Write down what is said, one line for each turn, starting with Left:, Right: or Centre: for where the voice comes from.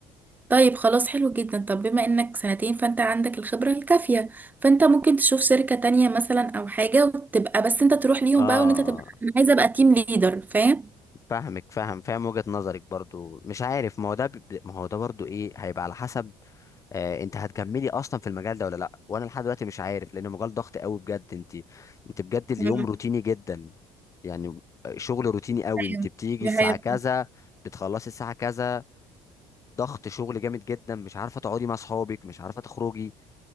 Right: طيب خلاص حلو جدا طب بما انك سنتين فانت عندك الخبرة الكافية فانت ممكن تشوف شركة تانية مثلا او حاجة وتبقى بس انت تروح ليهم
Left: اه
Right: بقى وان انت تبقى انا عايزة ابقى تيم ليدر فاهم
Left: فاهمك فاهم فاهم وجهة نظرك برضو مش عارف ما هو ده بيب- ما هو ده برضو ايه هيبقى على حسب آه انت هتكملي اصلا في المجال ده ولا لا وانا لحد دلوقتي مش عارف لان المجال ضغط قوي بجد انت انت بجد اليوم
Right: مم.
Left: روتيني جدا يعني آه، شغل روتيني قوي
Right: ايوه
Left: انت بتيجي
Right: دي
Left: الساعة
Right: حقيقة
Left: كذا بتخلصي الساعة كذا ضغط شغل جامد جدا مش عارفة تقعدي مع اصحابك مش عارفة تخرجي